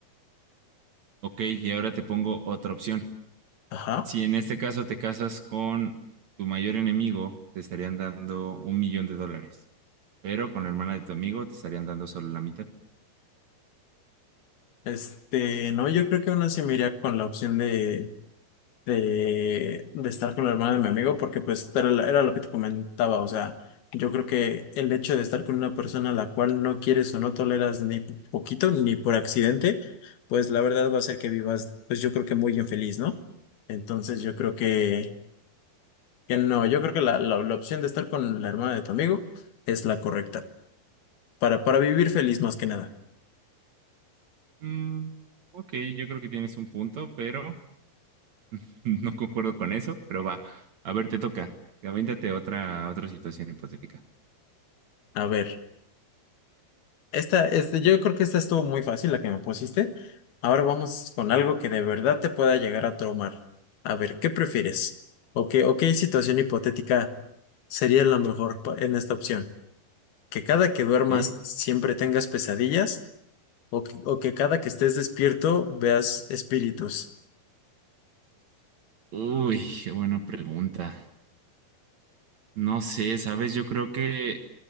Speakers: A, on the right; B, on the left.
A: Ok, y ahora te pongo otra opción.
B: Ajá.
A: Si en este caso te casas con tu mayor enemigo, te estarían dando un millón de dólares, pero con la hermana de tu amigo te estarían dando solo la mitad.
B: Este, no, yo creo que aún así me iría con la opción de de, de estar con la hermana de mi amigo, porque pues era, la- era lo que te comentaba, o sea, yo creo que el hecho de estar con una persona a la cual no quieres o no toleras ni po- poquito, ni por accidente, pues la verdad va a ser que vivas, pues yo creo que muy infeliz, ¿no? Entonces yo creo que, que no, yo creo que la, la, la opción de estar con la hermana de tu amigo es la correcta, para, para vivir feliz más que nada.
A: Mm, ok, yo creo que tienes un punto, pero <laughs> no concuerdo con eso, pero va. A ver, te toca. Avéntate otra, otra situación hipotética,
B: A ver. Esta, este, yo creo que esta estuvo muy fácil, la que me pusiste. Ahora vamos con algo que de verdad te pueda llegar a traumar. A ver, ¿qué prefieres? ¿O qué, o qué situación hipotética sería la mejor pa- en esta opción? ¿Que cada que duermas
A: ¿ok?
B: siempre tengas pesadillas? ¿O que, o que cada que estés despierto veas espíritus?
A: Uy, qué buena pregunta. No sé, sabes, yo creo que...